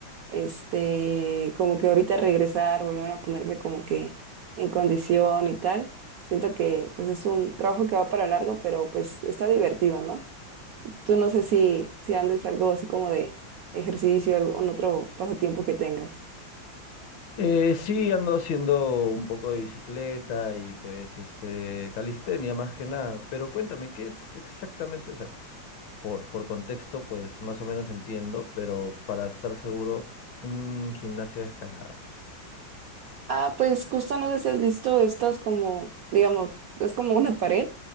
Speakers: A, on the right; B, on the left.
A: este, como que ahorita regresar, volver a ponerme como que en condición y tal. Siento que pues es un trabajo que va para largo, pero pues está divertido, ¿no? Tú no sé si, si andes algo así como de ejercicio, algún otro pasatiempo que tengas.
B: Eh, sí, ando haciendo un poco de bicicleta y pues este calistenia más que nada, pero cuéntame, ¿qué es exactamente? O sea, por, por contexto, pues más o menos entiendo, pero para estar seguro, un gimnasio de escalada.
A: Ah, pues justo no sé si has visto estas como, digamos, es como una pared